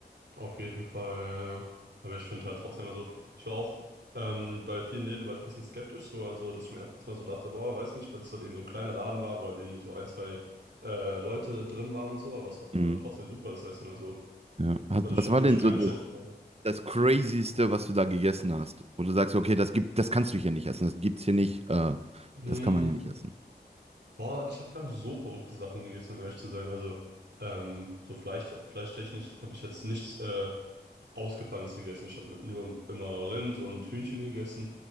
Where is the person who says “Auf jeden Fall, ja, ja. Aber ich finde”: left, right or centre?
Right